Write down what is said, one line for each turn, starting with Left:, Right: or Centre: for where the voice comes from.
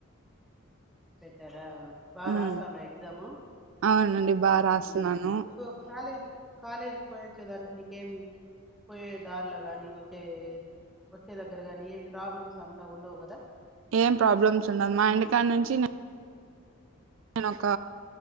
Centre: పెట్టారా బాగా రాస్తాండ
Right: మ్
Centre: ఎగ్జాము?
Right: అవునండి బాగా రాస్తున్నాను
Centre: ఉమ్ ఇంకో కాలేజు కాలేజీకి పొయ్యేచ్చేదానికి నీకేమి? పోయే దారిలో గాని వచ్చే వచ్చే దగ్గర గాని ఏం ప్రాబ్లమ్స్ అంతా ఉండవు కదా?
Right: ఏం ప్రాబ్లమ్స్ ఉండదు మా ఇంటికాడ్నుంచి నే నేను ఒక